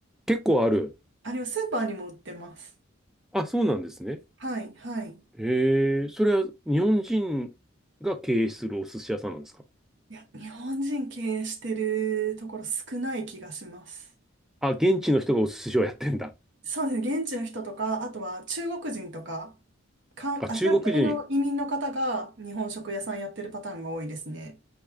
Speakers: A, in the centre; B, on the right.
A: 結構ある。
B: あれはスーパーにも売ってます。
A: あ、そうなんですね。
B: はい、はい。
A: へえ、それは日本人が経営するお寿司屋さんなんですか
B: いや、日本人経営してるところ少ない気がします。
A: あ、現地の人がお寿司をやってんだ。
B: そうですね。現地の人とか、あとは中国人とか、か、
A: あ、
B: アジア系の移民の方が日本食屋さんやってるパターンが多いですね。
A: 中国人。